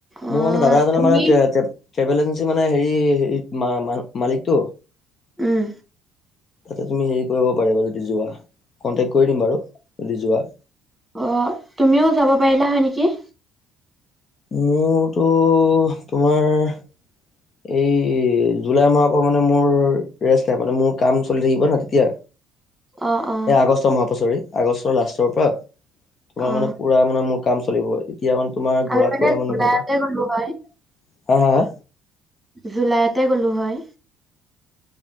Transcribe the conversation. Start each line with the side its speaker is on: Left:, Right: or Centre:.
Centre: অহ
Left: মোৰ মানে দাদা এজনৰ
Centre: তুমি
Left: মানে ট্ৰেভেল এজেঞ্চি মানে হেৰি মালিকটো।
Centre: উম।
Left: তাতে তুমি হেৰি কৰিব পাৰিবা যদি যোৱা কন্টেক্ট কৰি দিম বাৰু যদি যোৱা।
Centre: অ তুমিও যাব পাৰিলা হয় নেকি।
Left: মোৰতো তোমাৰ। <unintelligible> এই। জুলাই মাহৰ পৰা মানে মোৰ ৰেষ্ট নাই মানে মোৰ কাম চলি থাকিব নহ তেতিয়া।
Centre: অহ অহ
Left: এ আগষ্টৰ মাহৰ পৰা চ'ৰি আগষ্ট লাষ্টৰ পৰা পৰা তোমাৰ
Centre: অহ
Left: মানে পুৰা মানে মোৰ কাম চলিব এতিয়া মানে তোমাৰ
Centre: আমি
Left: ঘূৰা ফুৰা
Centre: জুলাইতে
Left: মানে নহ'ব। হা,
Centre: গ'লো হয়
Left: হা, হা।
Centre: জুলাইতে গ'লো হয়।